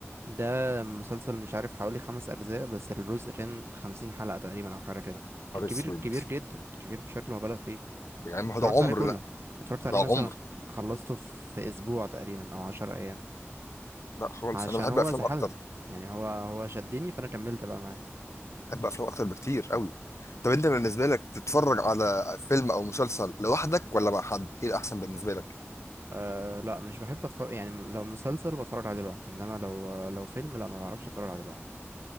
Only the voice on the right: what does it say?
ده مسلسل مش عارف حوالي خمس اجزاء بس الجزء كان خمسين حلقه تقريبا او حاجه كده كان
كبير
كبير جدا كبير بشكل مبالغ فيه
اتفرجت
عليه كله
اتفرجت عليه
مثلا خلصته في اسبوع تقريبا او عشر ايام
عشان
هو
سحلني
يعني هو هو شدني فانا كملت بقى معاه
أه لا مش بحب اتفرج يعني لو مسلسل بتفرج عليه لوحدي انما لو لو فيلم لا ما بعرفش اتفرج عليه لوحدي